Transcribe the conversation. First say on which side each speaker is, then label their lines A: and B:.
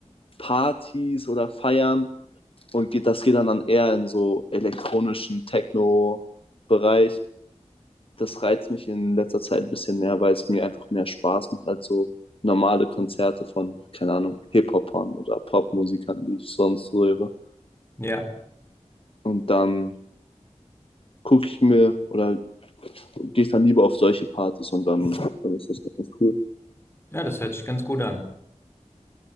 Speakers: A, on the left (about 50°); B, on the left (about 20°).
A: Partys oder Feiern und geht, das geht dann, dann eher in so elektronischen Techno-Bereich. das reizt mich in letzter Zeit ein bisschen mehr, weil es mir einfach mehr Spaß macht als so normale Konzerte von, keine Ahnung, Hip-Hopern oder Popmusikern, die ich sonst so höre.
B: Ja.
A: Und dann gucke ich mir oder gehe ich dann lieber auf solche Partys und dann, dann ist das ganz cool.
B: Ja, das hört sich ganz gut an.